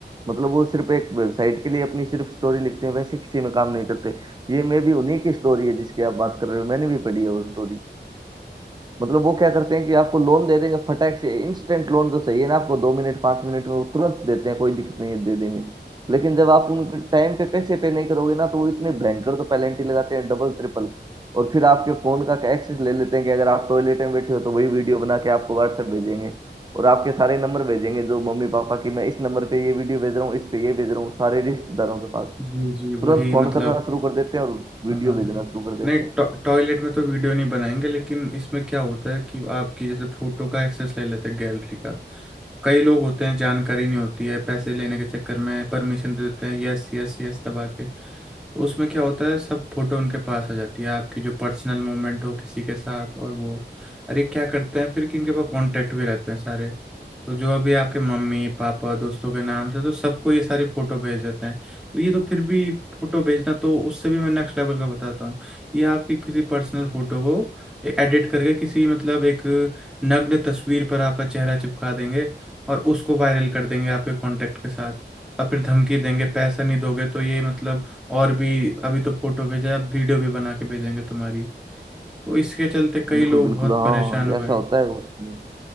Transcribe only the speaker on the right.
मतलब वो सिर्फ एक वेबसाइट के लिए अपनी सिर्फ स्टोरी लिखते हैं वैसे किसी में काम नहीं करते ये मे भी उन्हीं की स्टोरी है जिसकी आप बात कर रहे हो मैंने भी पढ़ी है वो स्टोरी मतलब वो क्या करते हैं कि आपको लोन दे देंगे फटाक से इंस्टेंट लोन तो चाहिए ना आपको दो मिनट पांच मिनट में वो तुरंत देते हैं कोई दिक्कत नहीं है दे देंगे लेकिन जब आप उनके टाइम पे पैसे पे नहीं करोगे ना तो वो इतने भयंकर तो पेनल्टी लगाते हैं डबल ट्रिपल और फिर आपके फोन का एक्सेस ले लेते हैं कि अगर आप टॉयलेट में बैठे हो तो वही वीडियो बना के आपको व्हाट्सएप भेजेंगे और आपके सारे नंबर भेजेंगे जो मम्मी पापा की मैं इस नंबर पे ये वीडियो भेज रहा हूँ इस पे ये भेज रहा हूँ सारे रिश्तेदारों के पास
तुरंत फोन
करना शुरू कर देते हैं और वीडियो
भेजना
शुरू कर देते
हैं
बिल्कुल
बिल्कुल
हाँ
ऐसा
होता है उसमें